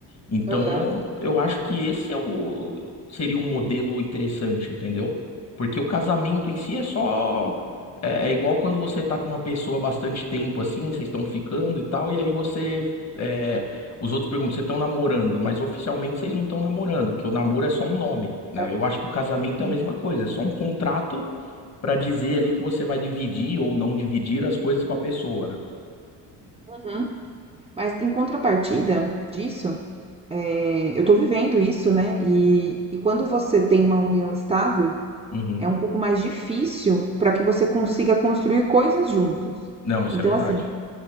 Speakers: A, on the left; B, on the right.
A: Então
B: Aham,
A: eu, eu acho que esse é o, seria um modelo interessante, entendeu? Porque o casamento em si é só. É, é igual quando você tá com uma pessoa bastante tempo assim, vocês estão ficando e tal, e aí você. é, os outros perguntam, vocês estão namorando, mas oficialmente vocês não estão namorando, que o namoro é só um nome, né?
B: é.
A: Eu acho que o casamento
B: Sim.
A: é a mesma coisa, é só um contrato pra dizer ali que você vai dividir ou não dividir as coisas com a pessoa, né?
B: Uhum. Mas em contrapartida disso, eh, eu estou vivendo isso, né? E, e quando você tem uma união estável,
A: Uhum.
B: é um pouco mais difícil para que você consiga construir coisas juntos.
A: Não, isso
B: Então,
A: é verdade.
B: assim,